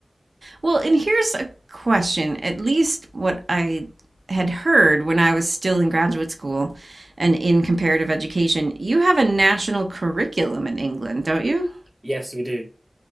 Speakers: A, on the right; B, on the right.
A: well and here's a question at least what i had heard when i was still in graduate school and in comparative education you have a national curriculum in england don't you
B: Yes, we do.